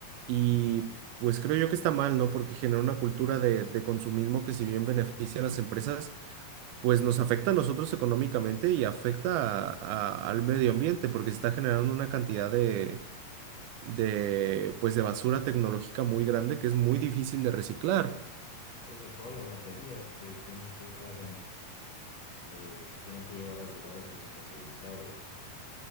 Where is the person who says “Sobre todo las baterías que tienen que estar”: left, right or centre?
Left